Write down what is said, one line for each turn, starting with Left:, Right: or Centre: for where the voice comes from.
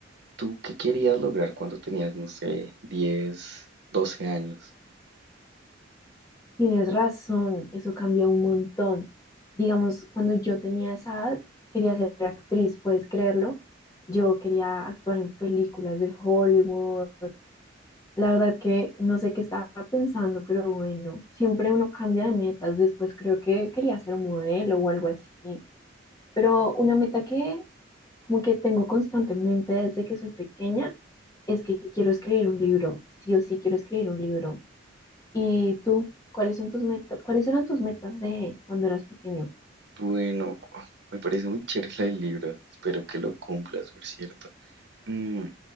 Right: ¿tú qué querías lograr cuando tenías, no sé, 10 12 años?
Left: Tienes razón, eso cambia un montón. Digamos, cuando yo tenía esa edad, quería ser actriz, puedes creerlo. Yo quería actuar en películas de Hollywood La verdad que no sé qué estaba pensando, pero bueno, siempre uno cambia de metas. Después creo que quería ser modelo o algo así. Pero una meta que como que tengo constantemente desde que soy pequeña es que quiero escribir un libro. Sí o sí quiero escribir un libro. ¿Y tú? ¿Cuáles son tus metas? ¿Cuáles eran tus metas de cuando eras pequeño?
Right: Bueno, oh, me parece muy chévere la del libro. Espero que lo cumplas, por cierto. Mm,